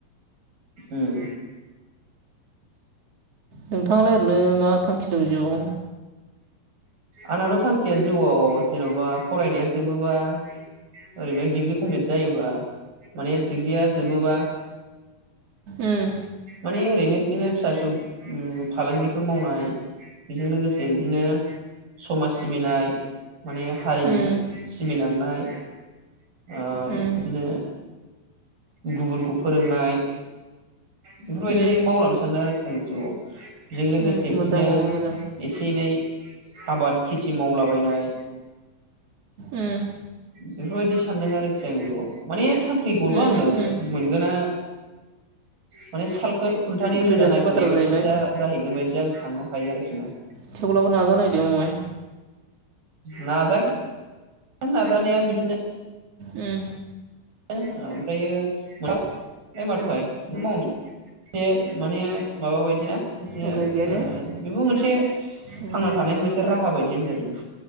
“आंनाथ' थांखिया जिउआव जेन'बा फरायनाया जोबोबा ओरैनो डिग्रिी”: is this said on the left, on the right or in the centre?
Right